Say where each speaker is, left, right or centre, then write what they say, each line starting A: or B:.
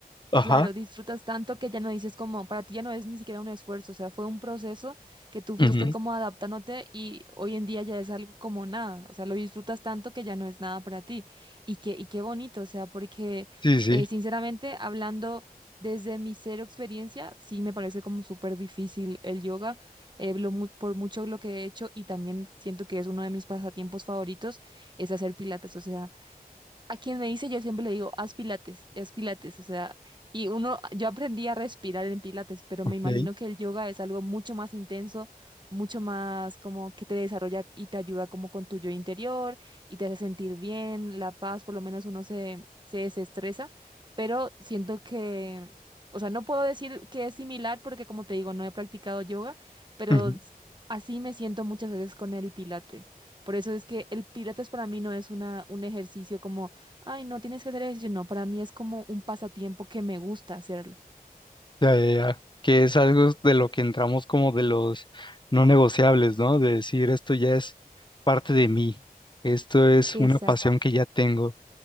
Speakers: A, on the left (about 30°); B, on the right (about 30°).
A: Ajá.
B: Claro, disfrutas tanto que ya no dices como, para ti ya no es ni siquiera un esfuerzo, o sea, fue un proceso que tú fuiste
A: ujú,
B: como adaptándote y hoy en día ya es algo como nada, o sea, lo disfrutas tanto que ya no es nada para ti. Y qué, y qué bonito, o sea, porque
A: Sí, sí,
B: eh, sinceramente, hablando desde mi cero experiencia, sí me parece como súper difícil el yoga, eh, lo mu- por mucho lo que he hecho y también siento que es uno de mis pasatiempos favoritos, es hacer pilates, o sea a quien me dice, yo siempre le digo, haz pilates, haz pilates, o sea, y uno, yo aprendí a respirar en pilates, pero
A: ok.
B: me imagino que el yoga es algo mucho más intenso, mucho más como que te desarrolla y te ayuda como con tu yo interior y te hace sentir bien, la paz, por lo menos uno se, se desestresa, pero siento que, o sea, no puedo decir que es similar porque como te digo, no he practicado yoga, pero
A: ujú,
B: s- así me siento muchas veces con el pilates. Por eso es que el pilates para mí no es una, un ejercicio como ay, no tienes que hacer ejercicio. No, para mí es como un pasatiempo que me gusta hacerlo.
A: Ya, ya, ya. Que es algo de lo que entramos como de los no negociables, ¿no? De decir, esto ya es parte de mí, esto es
B: Exacto,
A: una pasión que ya tengo.